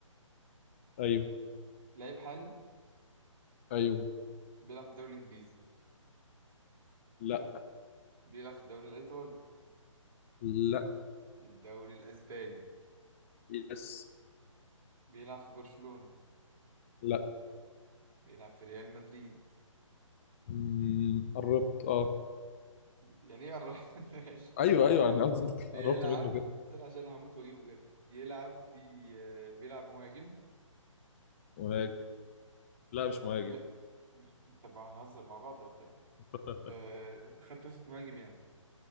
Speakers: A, on the left; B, on the right.
A: ايوه
B: لعيب حالي
A: ايوه
B: بيلعب في الدوري الإنجليزي
A: لا
B: بيلعب في الدوري الإيطالي
A: لا
B: الدوري الأسباني
A: يس
B: بيلعب في برشلونة
A: لا
B: بيلعب في ريال مدريد
A: مم. قربت اه
B: يعني إيه قرر- <laughs> ماشي
A: ايوه ايوه انا قصدي إنك
B: بيلعب
A: قربت منه
B: استنى عشان هموت وأجيبه بجد بيلعب في آه، بيلعب مهاجم
A: كده لا
B: إيه
A: مش
B: ده
A: مهاجم
B: كده مش طب هنهزر مع بعض ولا إيه؟
A: <laughs>
B: آه، خط وسط مهاجم يعني